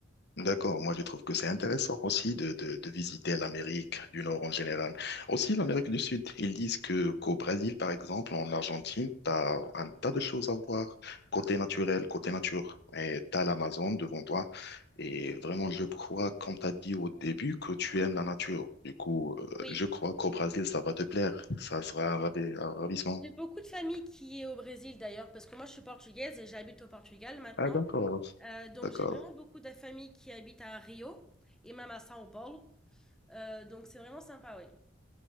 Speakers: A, on the left; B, in the centre.
A: D'accord, moi je trouve que c'est intéressant aussi de, de, de visiter l'Amérique du Nord en général. Aussi l'Amérique du Sud. Ils disent que qu'au Brésil, par exemple, en Argentine, tu as un tas de choses à voir côté naturel, côté nature. Et tu as l'Amazon devant toi. Et vraiment, je crois, comme tu as dit au début, que tu aimes la nature. Du coup, euh,
B: Oui.
A: je crois qu'au Brésil, ça va te plaire. Ça sera un ravi- un ravissement.
B: J'ai beaucoup de famille qui est au Brésil d'ailleurs, parce que moi, je suis portugaise et j'habite au Portugal maintenant.
A: Ah, d'accord.
B: Euh, donc,
A: D'accord.
B: j'ai vraiment beaucoup de famille qui habite à Rio et même à São Paulo. Euh, donc, c'est vraiment sympa, oui.